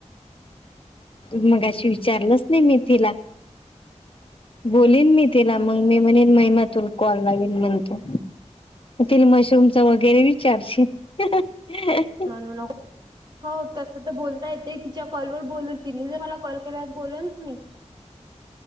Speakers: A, on the left; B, on the right.
A: मग अशी विचारलंच नाही मी तिला बोलन मी तिला
B: हम्म
A: मग
B: हम्म
A: मी म्हणे महिमातून कॉल लाल म्हणतो त मशरूमचा वगैरे विचारशील हसलेला आवाज
B: म्हणून हो तस तर बोलता येते त च्या कॉल वर बोलत ति जर मला कॉल केला बोल ना मी